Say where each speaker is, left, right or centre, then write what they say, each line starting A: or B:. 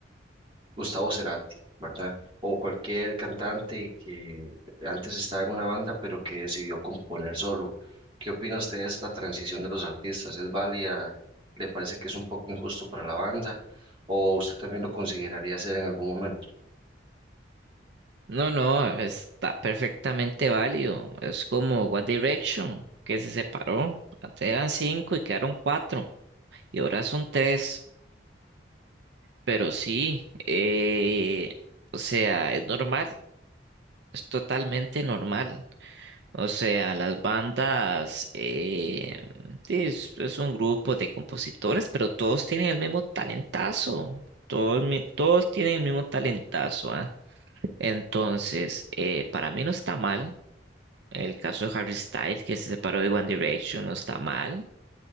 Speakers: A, on the right (about 25°); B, on the right (about 65°).
A: Gustavo Cerati, ¿verdad? O cualquier cantante que antes estaba en una banda, pero que decidió componer solo. ¿Qué opina usted de esta transición de los artistas? ¿Es válida? ¿Le parece que es un poco injusto para la banda? ¿O usted también lo consideraría hacer en algún momento?
B: No, no, está perfectamente válido. Es como One Direction, que se separó. Antes eran cinco y quedaron cuatro. Y ahora son tres. Pero sí, eh, o sea, es normal, es totalmente normal. O sea, las bandas eh, sí, es, es un grupo de compositores, pero todos tienen el mismo talentazo. Todos, mi- todos tienen el mismo talentazo, ¿ah? Entonces, eh, para mí no está mal. El caso de Harry Styles, que se separó de One Direction, no está mal.